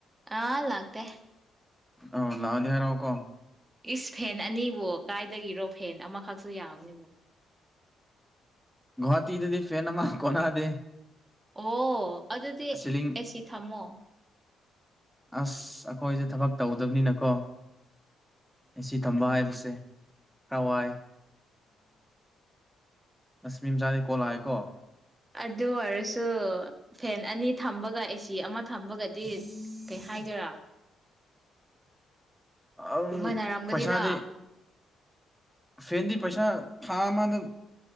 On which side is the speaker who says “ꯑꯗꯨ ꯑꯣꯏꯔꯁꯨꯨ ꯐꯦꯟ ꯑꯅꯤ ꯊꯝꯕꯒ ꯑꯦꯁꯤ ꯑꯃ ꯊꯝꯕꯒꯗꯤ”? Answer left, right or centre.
Right